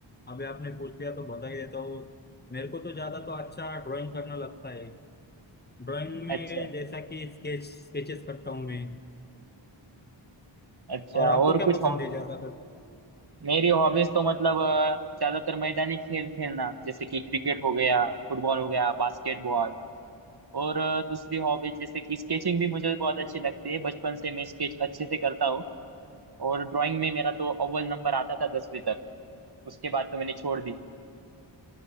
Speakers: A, on the left; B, on the right.
A: अभी आपने पूछ लिया तो बता ही देता हूँ मेरे को तो ज्यादा तो अच्छा ड्राइंग करना लगता है ड्राइंग में
B: अच्छा
A: जैसा कि स्केच स्केचेस करता हूँ मैं
B: अच्छा
A: और आपको
B: और
A: क्या
B: कुछ
A: पसंद
B: और
A: है ज्यादा
B: मेरी हॉबीज तो मतलब अ, ज्यादातर मैदानी खेल खेलना जैसे कि क्रिकेट हो गया फुटबॉल हो गया बास्केटबॉल और अ, दूसरी हॉबीज जैसे कि स्केचिंग भी मुझे बहुत अच्छी लगती है बचपन से मैं स्केच अच्छे से करता हूँ और ड्राइंग में मेरा तो अव्वल नंबर आता था दसवीं तक उसके बाद तो मैंने छोड़ दी